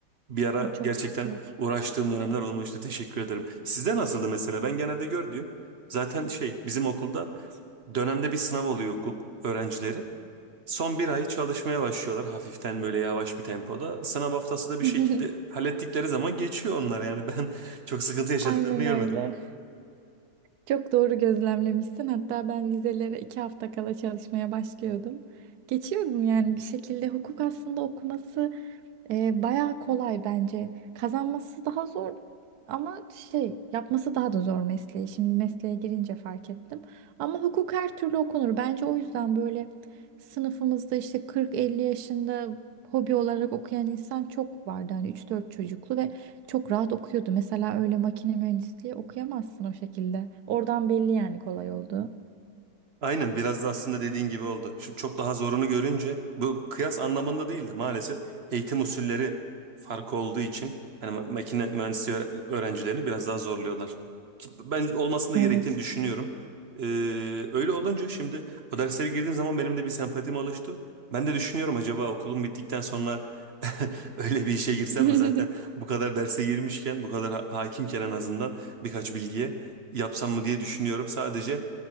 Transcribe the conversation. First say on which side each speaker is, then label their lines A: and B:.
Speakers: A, on the right; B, on the right.
A: bir ara
B: çok
A: gerçekten
B: şükür.
A: uğraştığım dönemler olmuştu. Teşekkür ederim. Sizde nasıldı mesela? Ben genelde gördüğüm zaten şey bizim okulda dönemde bir sınav oluyor hukuk öğrencileri. Son bir ay çalışmaya başlıyorlar hafiften böyle yavaş bir tempoda. Sınav haftası da bir
B: <laughs>
A: şekilde hallettikleri zaman geçiyor onlar yani ben <laughs> çok sıkıntı yaşadıklarını
B: Aynen
A: görmedim.
B: öyle. Çok doğru gözlemlemişsin. Hatta ben vizelere iki hafta kala çalışmaya başlıyordum. Geçiyordum yani bir şekilde hukuk aslında okuması E, bayağı kolay bence. Kazanması daha zor ama şey yapması daha da zor mesleği. Şimdi mesleğe girince fark ettim. Ama hukuk her türlü okunur. Bence o yüzden böyle sınıfımızda işte 40-50 yaşında hobi olarak okuyan insan çok vardı. Hani 3-4 çocuklu ve çok rahat okuyordu. Mesela öyle makine mühendisliği okuyamazsın o şekilde. Oradan belli yani kolay oldu.
A: Aynen biraz da aslında dediğin gibi oldu. Şimdi çok daha zorunu görünce bu kıyas anlamında değildi maalesef eğitim usulleri farkı olduğu için hani ma- makine mühendisliği öğre- öğrencilerini biraz daha zorluyorlar. Ben olmasını da
B: Evet.
A: gerektiğini düşünüyorum. Ee, öyle olunca şimdi o derslere girdiğim zaman benim de bir sempatim oluştu. Ben de düşünüyorum acaba okulum bittikten sonra <laughs> öyle bir işe girsem
B: <laughs>
A: mi zaten bu kadar derse girmişken bu kadar ha- hakimken en azından birkaç bilgiye yapsam mı diye düşünüyorum. Sadece